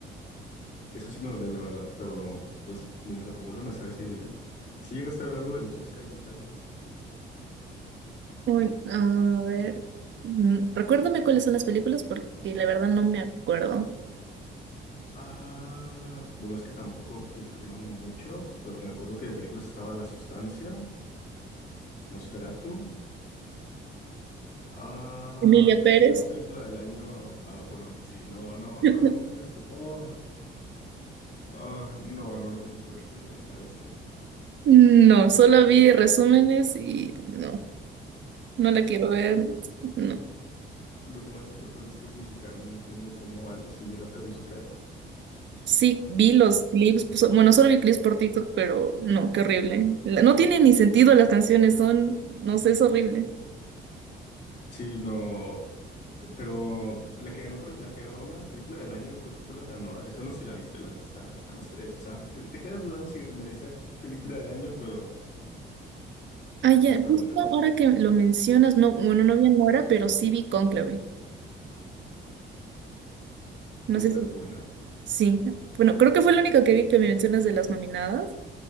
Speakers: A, on the left; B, on the right.
A: Eso sí me dolió, la verdad, pero pues mientras lo vuelvan a hacer así de bien. Si llegaste a ver algo de los Oscars de este año.
B: Uy, a ver, mm, recuérdame cuáles son las películas porque la verdad no me acuerdo.
A: Ah, bueno, es que tampoco, fíjate que no vi mucho, pero me acuerdo que de películas estaba La Sustancia, Nosferatu. Ah,
B: Emilia
A: la
B: Pérez.
A: que ganó película del año. Ah, bueno, sí, no, no,
B: <laughs>
A: no hablemos de eso. Oh, ah, no, no lo pienso ver. ¿Tú ya la, la viste?
B: No, solo vi resúmenes y no, no la quiero ver. No.
A: Lo que más me sorprende es que es musical. No entiendo cómo algo así llega a ser musical.
B: Sí, vi los clips, pues, bueno, solo vi clips por TikTok, pero no, qué horrible. La- No tiene ni sentido las canciones, son, no sé, es horrible.
A: Sí, no. Pero la que ganó, pre- la que ganó la película del año, creo que fue la ganora. Eso no sé si la viste, la neta. Está, está dos, tres. O sea, te, te quedas dudando si merecía película del año, pero,
B: Ah, ya,
A: pero está
B: justo
A: buena.
B: ahora que lo mencionas, no, bueno, no vi Nora, pero sí vi Cónclave. No
A: Cónclave
B: sé si,
A: es buena.
B: sí. Bueno, creo que fue la única que vi que me mencionas de las nominadas.